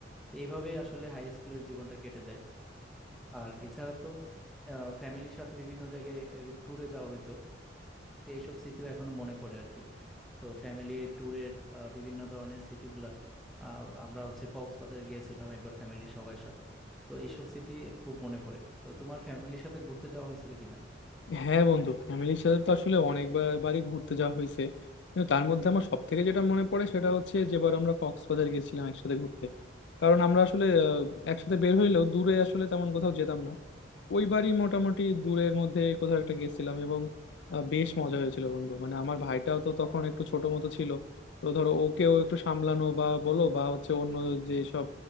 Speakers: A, in the centre; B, on the left.
A: তো এইভাবে আসলে হাই স্কুলের জীবনটা কেটে যায় আর এছাড়া তো ফ্যামিলির সাথে বিভিন্ন জায়গায় ট্যুরে যাওয়া হতো তো এইসব স্মৃতিও এখনো মনে পড়ে আর কি তো ফ্যামিলি ট্যুরের বিভিন্ন ধরনের স্মৃতিগুলা আহ, আমরা হচ্ছে কক্সবাজার গিয়েছিলাম একবার ফ্যামিলি সবার সাথে তো এইসব স্মৃতি খুব মনে পড়ে তো তোমার ফ্যামিলির সাথে ঘুরতে যাওয়া হয়েছিল কিনা
B: হ্যাঁ বন্ধু ফ্যামিলির সাথে তো আসলে অনেকবারই ঘুরতে যাওয়া হয়েছে কিন্তু তার মধ্যে আমার সব থেকে যেটা মনে পড়ে সেটা হচ্ছে যেবার আমরা কক্সবাজার গেছিলাম একসাথে ঘুরতে কারণ আমরা আসলে আহ, একসাথে বের হইলেও দূরে আসলে তেমন কোথাও যেতাম না ওইবারই মোটামুটি দূরের মধ্যে কোথাও একটা গেছিলাম এবং আহ, বেশ মজা হয়েছিল বন্ধু মানে আমার ভাইটাও তো তখন একটু ছোট মতো ছিল তো ধরো ওকেও একটু সামলানো বা বলো বা হচ্ছে অন্য যে সব